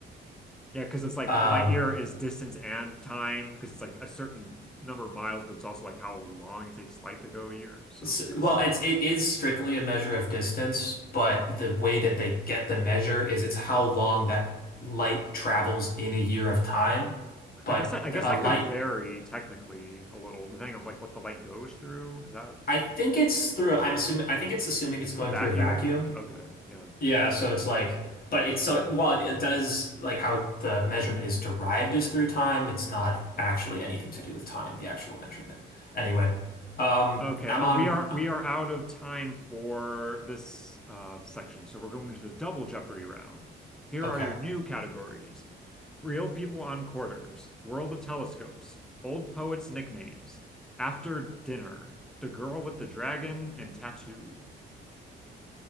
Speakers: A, in the centre; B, on the left.
A: Yeah, because it's like
B: Um.
A: a light year is distance and time, because it's like a certain number of miles, but it's also like how long it takes light to go a year. So
B: S
A: I guess
B: well, it's it is strictly a measure of distance, but the way that they get the measure is it's how long that light travels in a year of time. But
A: I guess I, guess
B: the,
A: that
B: a light,
A: could vary technically a little, depending on like what the light goes through. Is that
B: I think it's through. I'm assuming. I think it's assuming it's going
A: a vacuum?
B: through a vacuum.
A: Okay, yeah.
B: Yeah, so it's like, but it's so while it does like how the measurement is derived is through time. It's not actually anything to do with time, the actual measurement. Anyway, um,
A: Okay,
B: I'm
A: um,
B: on.
A: we are we
B: uh,
A: are out of time for this uh, section, so we're going to the double Jeopardy round. Here
B: Okay,
A: are your new categories: Real People on Quarters, World of Telescopes, Old Poets' Nicknames, After Dinner, The Girl with the Dragon, and Tattoo.